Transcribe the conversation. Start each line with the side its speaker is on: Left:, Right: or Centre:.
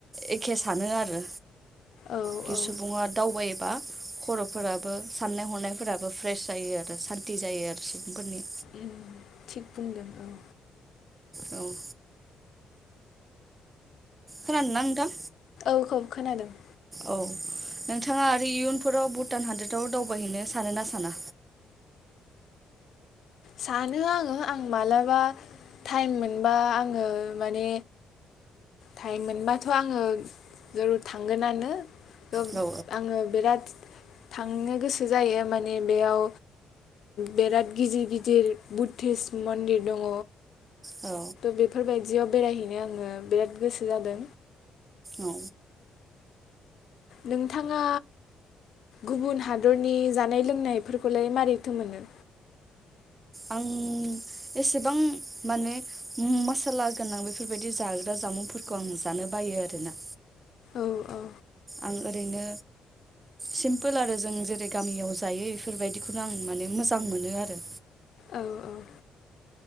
Right: एखे सानो आरो।
Left: औ
Right: खि
Left: औ
Right: सुबुङा दावबायो बा खर'फोराबो साननाय हनाय फोराबो फ्रेस जायो आरो सान्ति जायो आरो सुबुंफोरनि
Left: उम थिग बुंदों औ
Right: औ खोनादोंना नोंथां
Left: <inaudible>
Right: औ नोंथाङा आरो इयुनफोराव भुटान हादोदाव दावबायहैनो सानो ना साना
Left: सानो आङो आं मालाबा टाइम मोनबा आङो माने टाइम मोनबाथ' आङो ज थांगोनानो थ
Right: औ
Left: आङो बिराद थांनो गोसो जायो माने बेयाव बेराद गिदिर गिद दि बुद्धिस मन्दिर दङ।
Right: औ
Left: <inaudible> बेफोरबायदियाव बेरायहैनो आङो बिराद गोसो जादों।
Right: औ
Left: नोंथाङा गुबुन हादरनि जानाय लोंनायफोरखौलाय मारैथो मोनो
Right: आं एसेबां माने मसाला गोनां बेफोरबायदि जाग्रा जामुंफोरखौ आं जानो बायो आरोना
Left: औ औ
Right: आं ओरैनो सिम्पोल आरो जों जेरै गामियाव जायो बेफोरबायदिखौनो आं माने मोजां मोनो आरो
Left: औ औ